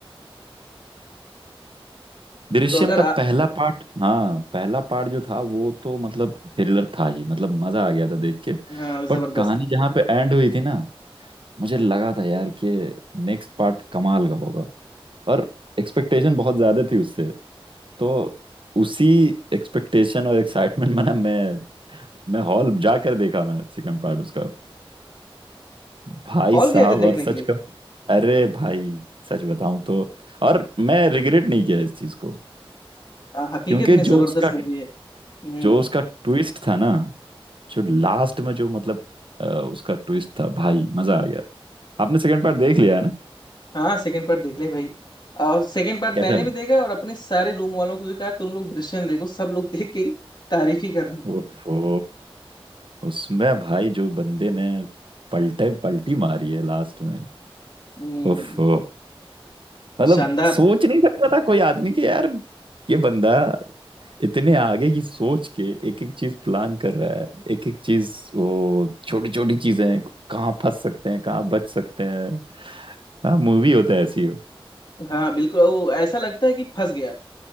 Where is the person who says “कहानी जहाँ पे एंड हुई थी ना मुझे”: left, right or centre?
Right